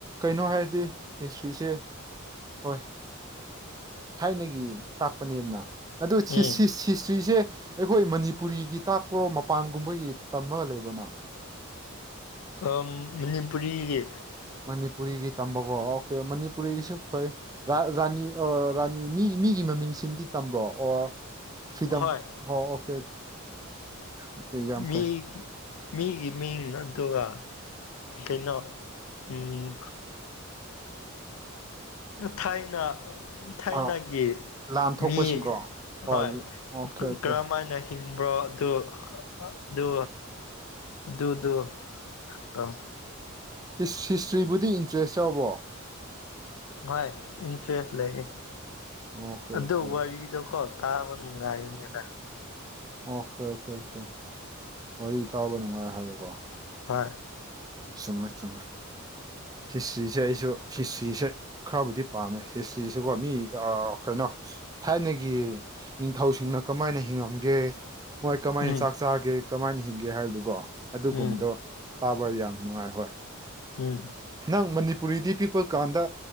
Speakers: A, on the right; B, on the left.
A: ꯀꯩꯅꯣ ꯍꯥꯏꯔꯗꯤ ꯍꯤꯁꯇ꯭ꯔꯤꯖꯦ ꯍꯣꯏ ꯊꯥꯏꯅꯒꯤ ꯇꯥꯛꯄꯅꯤꯗꯅ ꯑꯗꯨ
B: ꯎꯝ
A: ꯁꯤ ꯍꯤꯁꯇ꯭ꯔꯤꯖꯦ ꯑꯩꯈꯣꯏ ꯃꯅꯤꯄꯨꯔꯤꯒꯤ ꯇꯥꯛꯄ꯭ꯔꯣ ꯃꯄꯥꯟꯒꯨꯝꯕꯒꯤ ꯇꯝꯃꯒ ꯂꯩꯕꯅ
B: ꯑꯥ ꯃꯅꯤꯄꯨꯔꯤꯒꯤ
A: ꯃꯅꯤꯄꯨꯔꯤꯒꯤ ꯇꯝꯕꯀꯣ ꯑꯀꯦ ꯃꯅꯤꯄꯨꯔꯤꯒꯤꯁꯨ ꯐꯩ ꯔꯥ ꯔꯥꯅꯤ ꯑ ꯔꯥꯅꯤ ꯃꯤ ꯃꯤꯒꯤ <unintelligible> ꯃꯤꯡꯁꯤꯡꯗꯤ ꯇꯝꯕ꯭ꯔꯣ ꯑꯣꯔ ꯐꯤꯗꯝ
B: ꯍꯣꯏ
A: ꯑꯣ ꯑꯣꯀꯦ ꯑꯣꯀꯦ ꯌꯥꯝ
B: ꯃꯤꯒꯤ
A: ꯐꯩ
B: ꯃꯤꯒꯤ ꯃꯤ ꯑꯗꯨꯒ ꯀꯩꯅꯣ ꯎꯝ ꯊꯥꯏꯅꯥ ꯊꯥꯏꯅꯒꯤ
A: ꯑꯣ ꯂꯥꯟ ꯊꯣꯛꯄꯁꯤꯡꯀꯣ
B: ꯃꯤ
A: ꯑꯣ
B: ꯍꯣꯏ
A: ꯑꯣꯀꯦ ꯑꯣꯀꯦ
B: ꯀꯔꯝꯃꯥꯏꯅ ꯍꯤꯡꯕ꯭ꯔꯣ ꯑꯗꯨ ꯑꯗꯨ ꯑꯗꯨꯗꯨ ꯇꯝ
A: ꯍꯤꯁ ꯍꯤꯁꯇ꯭ꯔꯤꯕꯨꯗꯤ ꯏꯟꯇ꯭ꯔꯦꯁ ꯌꯥꯎꯕ꯭ꯔꯣ
B: ꯍꯣꯏ ꯏꯟꯇ꯭ꯔꯦꯁ ꯂꯩꯌꯦ
A: ꯑꯣꯀꯦ
B: ꯑꯗꯨ
A: ꯑꯣꯀꯦ
B: ꯋꯥꯔꯤꯗꯣ ꯀꯣ ꯇꯥꯕ ꯅꯨꯡꯉꯥꯕꯅꯦꯗ
A: ꯑꯣꯀꯦ ꯑꯣꯀꯦ ꯑꯣꯀꯦ ꯋꯥꯔꯤ ꯇꯥꯕ ꯅꯨꯡꯉꯥꯏ ꯍꯥꯏꯕꯀꯣ
B: ꯍ
A: ꯆꯨꯝꯃꯦ ꯆꯨꯝꯃꯦ ꯍꯤꯁꯇ꯭ꯔꯤꯖꯦ ꯑꯩꯁꯨ ꯍꯤꯁꯇ꯭ꯔꯤꯖꯦ ꯈꯔꯕꯨꯗꯤ ꯄꯥꯝꯃꯦ ꯍꯤꯁꯇ꯭ꯔꯤ ꯖꯦ ꯀꯣ ꯃꯤ ꯀꯩꯅꯣ ꯊꯥꯏꯅꯒꯤ ꯅꯤꯡꯊꯧꯁꯤꯡꯅ ꯀꯃꯥꯏꯅ ꯍꯤꯡꯉꯝꯒꯦ ꯃꯣꯏ ꯀꯃꯥꯏꯅ
B: ꯎꯝ
A: ꯆꯥꯛ ꯆꯥꯒꯦ ꯀꯃꯥꯏꯅ ꯍꯤꯡꯒꯦ ꯍꯥꯏꯕꯗꯨꯀꯣ ꯑꯗꯨꯒꯨꯝꯕꯗꯣ
B: ꯎꯝ
A: ꯇꯥꯕ ꯌꯥꯝ ꯅꯨꯡꯉꯥꯏ ꯍꯣꯏ
B: ꯎꯝ
A: ꯅꯪ ꯃꯅꯤꯄꯨꯔꯤꯗꯤ ꯄꯤꯛꯄ ꯀꯥꯟꯗ